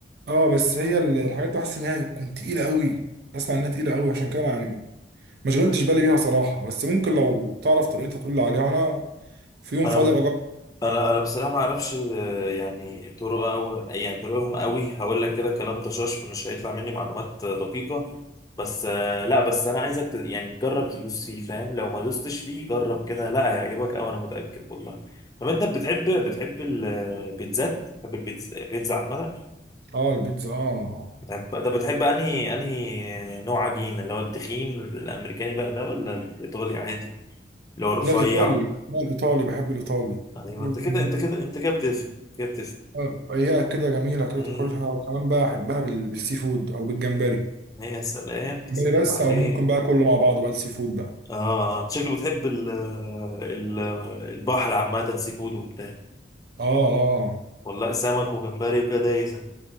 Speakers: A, on the right; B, on the left.
A: اه بس هي ال- الحاجات دي بحس انها بتكون تقيله قوي اسمع انها تقيله قوي عشان كده يعني ما شغلتش بالي بيها صراحه بس ممكن لو تعرف طريقتها تقول لي عليها وانا في يوم
B: انا
A: فاضي بجرب
B: انا انا بصراحه ما اعرفش آه، يعني طرق او يعني طرقهم قوي هقول لك كده كلام طشاش فمش هيطلع مني معلومات آه، دقيقه بس آه، لا بس انا عايزك ت- يعني تجرب تدوس فيه فاهم لو ما دوستش فيه جرب كده لا هيعجبك قوي انا متاكد والله طب انت بتحب بتحب البيتزات بتحب البيتزا البيتزا عامه
A: اه البيتزا اه
B: بتحب طب بتحب انهي انهي نوع عجين اللي هو التخين الامريكاني بقى ده ولا الايطالي عادي اللي هو الرفيع
A: لا الإيطالي لا الإيطالي بحب الإيطالي
B: ايوه
A: حلو
B: انت
A: يكون
B: كده انت كده انت كده بتفهم كده
A: آه، أيها كده جميلة كده
B: بتفهم
A: تاكلها وكمان بقى أحبها بال... بالسي فود أو بالجمبري
B: يا سلام يا
A: جمبري
B: سلام
A: بس
B: عليك
A: أو ممكن بقى كله مع بعضه بقى السي فود بقى
B: اه شكله بتحب ال ال البحر عامة سي فود وبتاع
A: آه آه
B: والله سمك وجمبري وكده يا انت